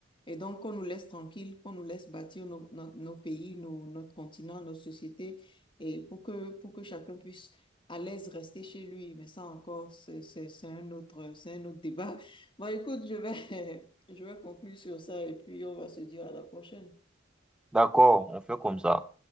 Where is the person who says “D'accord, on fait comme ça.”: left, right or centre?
Centre